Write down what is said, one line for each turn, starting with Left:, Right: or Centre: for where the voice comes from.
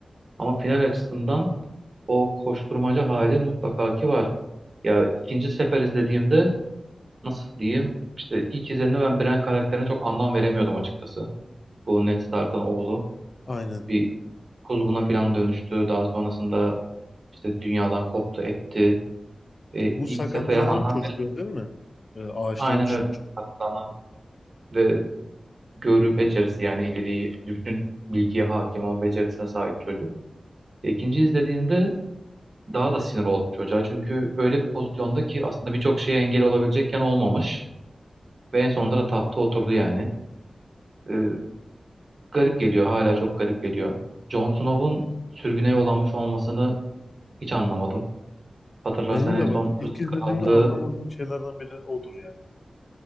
Right: Ama final açısından o koşturmaca hali mutlaka ki var. Ya ikinci sefer izlediğimde nasıl diyeyim işte ilk izlediğimde ben Bran karakterine çok anlam veremiyordum açıkçası. Bu Ned Stark'ın oğlu
Left: Aynen.
Right: bir kuzguna falan dönüştü. Daha sonrasında işte dünyadan koptu etti. E,
Left: Bu
Right: ilk
Left: sakatlanan
Right: sefer anlam
Left: çocuk
Right: veremedim.
Left: öyle değil mi? E, ağaçtan
Right: Aynen
Left: düşen
Right: öyle.
Left: çocuk.
Right: Hatta anlam- ve görü becerisi yani ileriyi bütün bilgiye hakim olma becerisine sahip çocuk. İkinci izlediğimde daha da sinir oldum çocuğa. Çünkü öyle bir pozisyonda ki aslında birçok şeye engel olabilecekken olmamış. Ve en sonunda da tahta oturdu yani. Ee, garip geliyor hala çok garip geliyor. Jon Snow'un sürgüne yollanmış olmasını hiç anlamadım. Hatırlarsan
Left: Benim
Right: en
Left: de
Right: son
Left: bak
Right: Kuzey
Left: ilk izlediğimde
Right: Krallığı
Left: anlamadığım şeylerden biri odur yani.